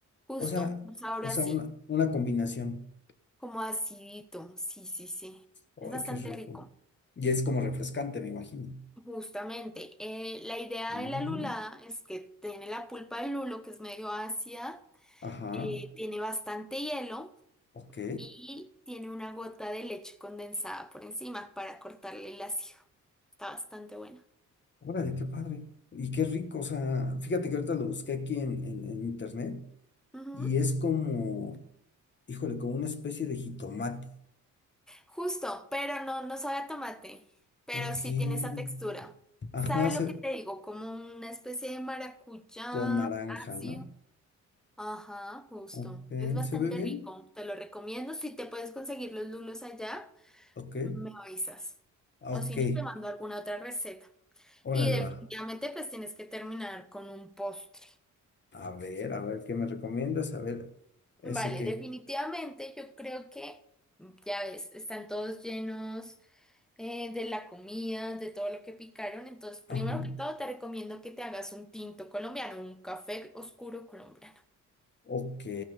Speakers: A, in the centre; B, on the left.
A: Justo,
B: O sea,
A: un sabor
B: o
A: así,
B: sea, una, una combinación.
A: como acidito. Sí, sí, sí.
B: Ay,
A: Es bastante
B: qué rico.
A: rico.
B: Y es como refrescante, me imagino.
A: Justamente, eh, la idea
B: Mm,
A: de la lulada es que tiene la pulpa del lulo, que es medio ácida
B: ajá,
A: eh, tiene bastante hielo
B: ok.
A: y tiene una gota de leche condensada por encima para cortarle el ácido. Está bastante buena.
B: Órale, qué padre. Y qué rico. O sea, fíjate que ahorita lo busqué aquí en, en, en internet
A: Ujú.
B: y es como, híjole, como una especie de jitomate.
A: Justo, pero no, no sabe a tomate, pero
B: Ok.
A: sí tiene esa textura.
B: Ajá,
A: ¿Sabe
B: se-
A: lo que te digo? Como una especie de maracuyá
B: con naranja,
A: ácido.
B: ¿no?
A: Ajá, justo.
B: Ok,
A: Es bastante
B: ¿se ve bien?
A: rico. Te lo recomiendo. Si te puedes conseguir los lulos allá,
B: Ok.
A: me avisas.
B: Ah,
A: O
B: Ok,
A: si no, te mando alguna otra receta.
B: órale,
A: Y definitivamente
B: va.
A: pues tienes que terminar con un postre.
B: A ver, a ver, ¿qué me recomiendas? A ver, ¿ese
A: Vale,
B: qué?
A: definitivamente yo creo que, ya ves, están todos llenos eh, de la comida, de todo lo que picaron. Entonces, primero
B: Ajá.
A: que todo, te recomiendo que te hagas un tinto colombiano, un café oscuro colombiano.
B: Ok,